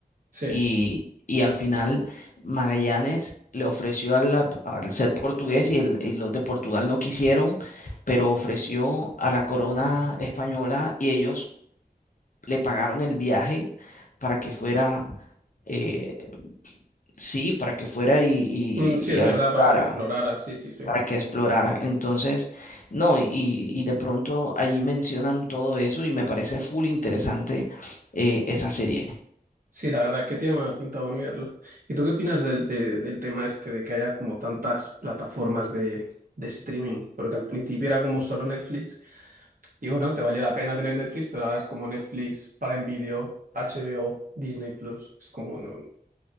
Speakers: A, on the right; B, on the left.
A: sí.
B: y, y al final Magallanes le ofreció a la al ser portugués y, el- y los de Portugal no quisieron, pero ofreció a la corona española y ellos le pagaron el viaje para que fuera, eh, sí, para que fuera y, y-
A: Mm, sí,
B: y
A: es
B: aventurara,
A: verdad, para que explorara. Sí, sí, sí.
B: para que explorara. Entonces, no, y, y- y de pronto allí mencionan todo eso y me parece full interesante eh, esa serie.
A: Sí, la verdad que tiene buena pinta, voy a mirarlo. ¿Y tú qué opinas del, de- del tema este de que haya como tantas plataformas de, de streaming? Porque al principio era como solo Netflix y bueno, te valía la pena tener Netflix, pero ahora es como Netflix, Prime Video, HBO, Disney Plus. Es como no,